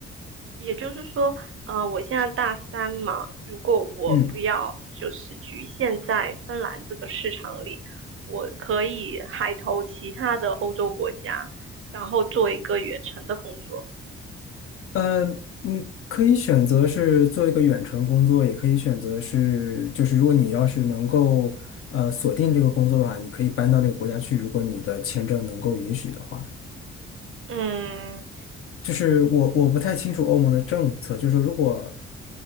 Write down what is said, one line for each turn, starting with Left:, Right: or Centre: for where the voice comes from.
Right: 也就是说，呃，我现在大三嘛，如果我不要就是局限在芬兰这个市场里，
Left: 嗯，
Right: 我可以海投其他的欧洲国家，然后做一个远程的工作。
Left: 呃，你可以选择是做一个远程工作，也可以选择是，就是如果你要是能够呃锁定这个工作的话，你可以搬到那个国家去，如果你的签证能够允许的话。
Right: 嗯，
Left: 就是我我不太清楚欧盟的政策，就是说如果，